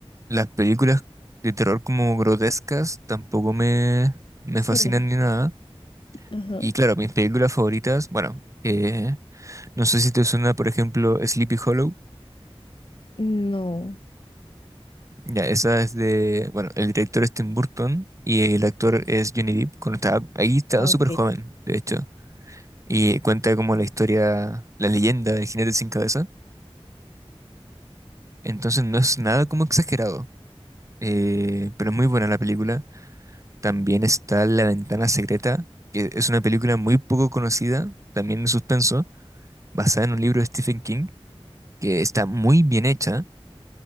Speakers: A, on the right; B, on the left.
A: las películas de terror como grotescas tampoco me, me
B: Sí.
A: fascinan ni nada.
B: Ajá.
A: Y claro, mis películas favoritas, bueno, eh, no sé si te suena, por ejemplo, Sleepy Hollow.
B: No.
A: Ya, esa es de, bueno, el director es Tim Burton y el actor es Johnny Depp. Cuando estaba, ahí estaba
B: Ah,
A: súper
B: ok.
A: joven, de hecho. y cuenta como la historia, la leyenda del jinete sin cabeza. Entonces no es nada como exagerado, eh, pero es muy buena la película. También está La ventana secreta, que es una película muy poco conocida, también de suspenso, basada en un libro de Stephen King, que está muy bien hecha